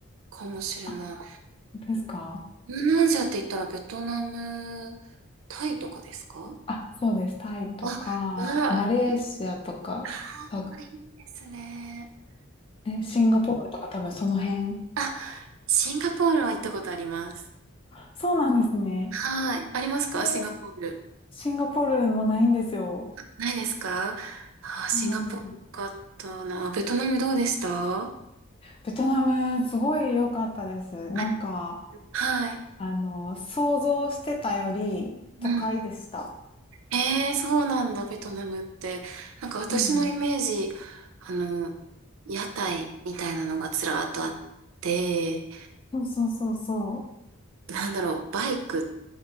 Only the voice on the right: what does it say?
かもしれない。
東南アジアって言ったらベトナム、タイとかですか
あ、うわ、
いあー、
いいですね。
いい
あシンガポールは行ったことあります。
はい。ありますかシンガポール。
ないですかあー、シンガポールよかったな。
ベトナムどうでしたは
い。はい
うん。ええー、そうなんだ、ベトナムって。なんか私のイメージ、
あの、屋台みたいなのがずらーっとあって、
なんだろう、バイクっ